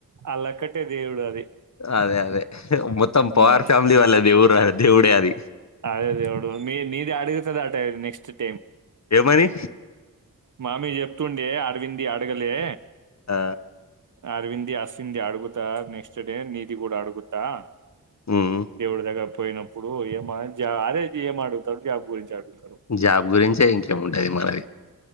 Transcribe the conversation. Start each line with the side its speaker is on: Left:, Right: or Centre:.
Right: అలక్కట్టే దేవుడు అది
Left: అదే అదే మొత్తం
Right: ఉమ్,
Left: పవార్ ఫ్యామిలీ వాళ్ళ దేవుడు దేవుడే అది
Right: అదే దేవుడు మీన్ నిది అడుగుతది ఆట నెక్స్ట్ టైమ్
Left: ఏమని
Right: మామీ చెప్తుండే అరవింద అడగలే
Left: ఆ
Right: అరవింద్ ది అస్ తింది అడుగుత నెక్స్ట్ డే నిధి కూడా అడుగుత త
Left: ఉమ్
Right: దేవుడి దగ్గర పోయినప్పుడు ఏమ జ అే ఏమ్ అడుగుతాడు జాబ్ గురించి అడుగుతాడు
Left: జాబ్ గురించే ఇంకేముంటది మనది